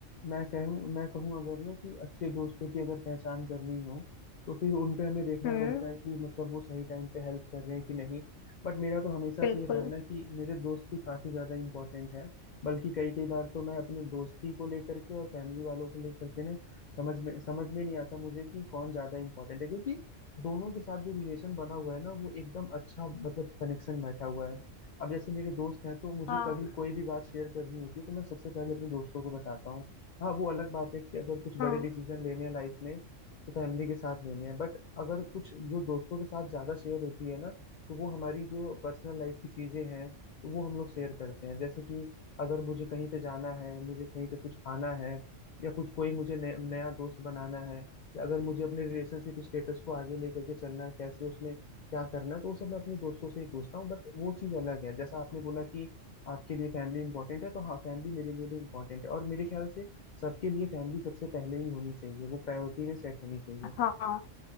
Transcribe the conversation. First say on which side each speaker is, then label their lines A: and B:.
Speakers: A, on the left; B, on the left.
A: मैं कहूँ मैं कहूँ अगर ना कि अच्छे दोस्तों की अगर पहचान करनी हो तो फिर उन पे हमें देखना
B: हम्म
A: पड़ता है कि मतलब वो सही टाइम पे हेल्प कर रहे हैं कि नहीं बट मेरा तो हमेशा
B: बिल्कुल
A: से ये रहा है ना कि मेरे दोस्त भी काफी ज्यादा इंपॉर्टेंट है बल्कि कई कई बार तो मैं अपने दोस्ती को लेकर के और फैमिली वालों को लेकर के ना समझ में समझ में नहीं आता मुझे कि कौन ज्यादा इंपॉर्टेंट है क्योंकि दोनों के साथ जो रिलेशन बना हुआ है ना वो एकदम अच्छा मतलब कनेक्शन बैठा हुआ है अब जैसे मेरे दोस्त हैं तो मुझे
B: हाँ
A: कभी कोई भी बात शेयर करनी होती है तो मैं सबसे पहले अपने दोस्तों को बताता हूँ हाँ वो अलग बात है कि अगर कुछ बड़े
B: हाँ
A: डिसीजन लेने हैं लाइफ में तो फैमिली के साथ लेने हैं बट अगर कुछ जो दोस्तों के साथ ज्यादा शेयर होती है ना तो वो हमारी जो पर्सनल लाइफ की चीजें हैं तो वो हम लोग शेयर करते हैं जैसे कि अगर मुझे कहीं पे जाना है मुझे कहीं पे कुछ खाना है या कुछ कोई मुझे नया नया दोस्त बनाना है या अगर मुझे अपने रिलेशनशिप स्टेटस को आगे लेकर के चलना है कैसे उसमें क्या करना है तो वो सब मैं अपने दोस्तों से ही पूछता हूँ बट वो चीज़ अलग है जैसा आपने बोला कि आपके लिए फैमिली इंपॉर्टेंट है तो हाँ फैमिली मेरे लिए भी इंपॉर्टेंट है और मेरे ख्याल से सबके लिए फैमिली सबसे पहले ही होनी चाहिए वो प्रायोरिटी में सेट होनी चाहिए
B: हाँ